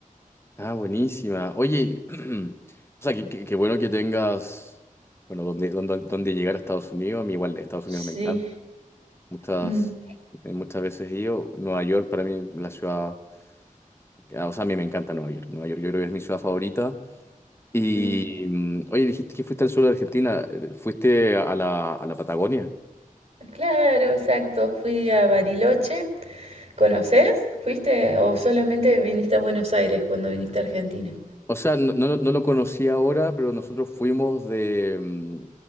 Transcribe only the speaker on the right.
Sí.
Mm,
ujú.
Claro, exacto. Fui a Bariloche. ¿Conoces? ¿Fuiste o solamente viniste a Buenos Aires cuando viniste a Argentina?